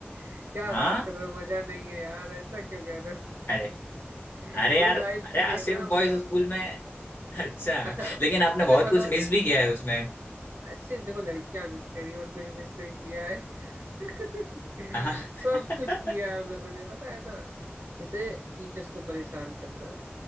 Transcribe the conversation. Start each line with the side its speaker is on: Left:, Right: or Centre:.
Right: क्या
Left: हाँ
Right: बात कर रहे हो मजा नहीं है यार ऐसा क्यों कह रहे हो
Left: अरे
Right: <laughs>
Left: अरे
Right: वो
Left: यार
Right: लाइफ
Left: अरे
Right: जी
Left: यार
Right: है
Left: सिर्फ
Right: ना हम
Left: बॉयज
Right: लोगों
Left: स्कूल
Right: ने
Left: में अच्छा
Right: अच्छा
Left: लेकिन आपने
Right: अच्छा
Left: बहुत
Right: बताओ
Left: कुछ मिस
Right: ना
Left: भी किया है उसमें
Right: आज सिर्फ देखो लड़कियां मिस करी और कुछ मिस नहीं किया है
Left: हाँ
Right: <laughs> सब
Left: <laughs>
Right: कुछ किया हम लोगों ने पता है ना जैसे टीचर्स को परेशान करना